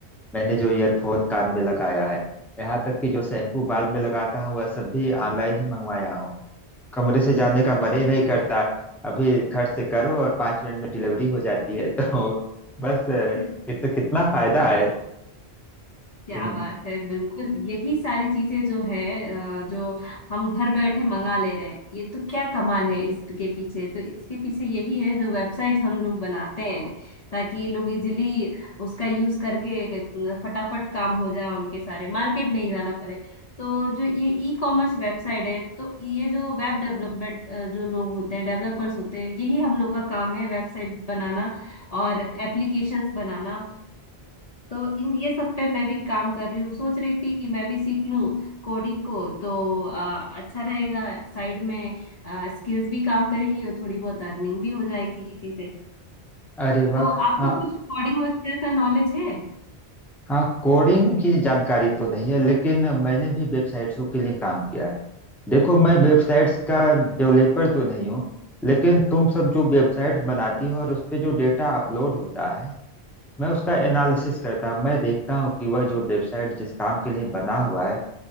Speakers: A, in the centre; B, on the left.
A: मैंने जो ईयरफोन कान में लगाया है यहाँ तक कि जो शैम्पू बाल में लगाता हूँ वह सब भी ऑनलाइन ही मंगवाया हूँ कमरे से जाने का मन ही नहीं करता अभी खर्च से करो और पाँच मिनट में डिलीवरी हो जाती है <laughs> तो बस अ,
B: <laughs>
A: कित, कितना फायदा है
B: क्या
A: तुम
B: बात है बिल्कुल यही सारी चीजें जो है अ, जो हम घर बैठे मंगा ले रहे हैं ये तो क्या कमाल है इसके पीछे तो इसके पीछे यही है जो वेबसाइट हम लोग बनाते हैं ताकि लोग इजीली उसका यूज करके अ, फटाफट काम हो जाए उनके सारे मार्केट नहीं जाना पड़े तो जो ये ई कॉमर्स वेबसाइट है तो ये जो वेब डेवलपमेंट जो लोग होते हैं डेवलपर्स होते हैं यही हम लोग का काम है वेबसाइट बनाना और एप्लीकेशंस बनाना तो इन ये सब पे मैं भी काम कर रही हूँ सोच रही थी कि मैं भी सीख लूँ कोडिंग को तो अ, अच्छा रहेगा साइड में स्किल्स भी काम करेगी और थोड़ी बहुत अर्निंग भी हो जाएगी इसी से
A: अरे वाह
B: तो आपको
A: हाँ
B: कुछ कोडिंग वगैरह का नॉलेज है
A: हाँ कोडिंग की जानकारी तो नहीं है लेकिन मैंने भी वेबसाइट्सों के लिए काम किया है देखो मैं वेबसाइट्स का डेवलपर तो नहीं हूँ लेकिन तुम सब जो वेबसाइट बनाती हो और उस पे जो डेटा अपलोड होता है मैं उसका एनालिसिस करता हूँ मैं देखता हूँ कि वह जो वेबसाइट जिस काम के लिए बना हुआ है